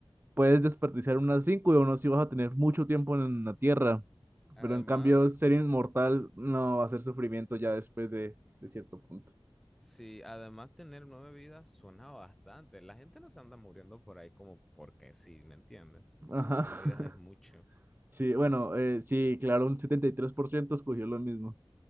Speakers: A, on the right; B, in the centre.
A: puedes desperdiciar unas cinco y aún así vas a tener mucho tiempo en la tierra.
B: Además,
A: Pero en cambio, ser inmortal no va a ser sufrimiento ya después de, de cierto punto.
B: sí, además tener nueve vidas suena bastante. La gente no se anda muriendo por ahí como porque sí, ¿me entiendes?
A: Ajá.
B: Entonces nueve
A: <laughs>
B: vidas es mucho.
A: Sí, bueno, eh, sí, claro, un setenta y tres por ciento escogió lo mismo.